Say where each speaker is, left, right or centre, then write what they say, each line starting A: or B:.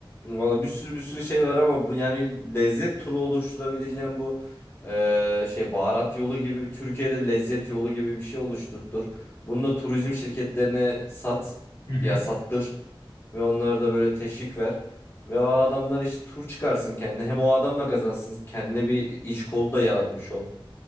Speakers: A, on the left; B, on the left.
A: Valla bir sürü bir sürü şey var ama bu yani lezzet turu oluşturabileceğim bu eee, şey baharat yolu gibi bir- Türkiye'de lezzet yolu gibi bir şey oluşturtur. Bunu da turizm şirketlerine sat
B: <laughs> Hı hı.
A: ya sattır ve onlara da böyle teşvik ver. Ve o adamlar işte tur çıkarsın kendine hem o adam da kazansın kendine bir iş kolu da yaratmış ol.